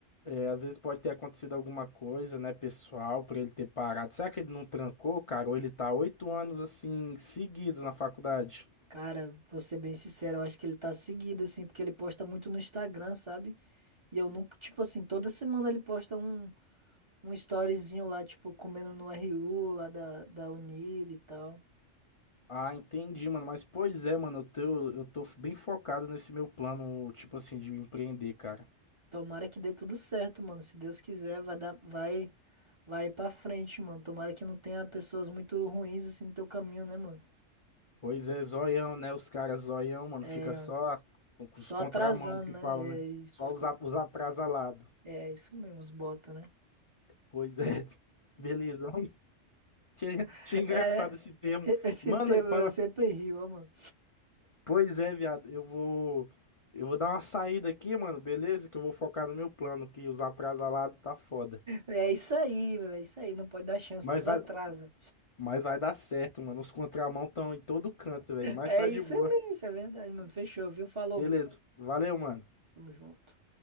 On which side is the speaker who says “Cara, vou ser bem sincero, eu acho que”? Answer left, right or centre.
Right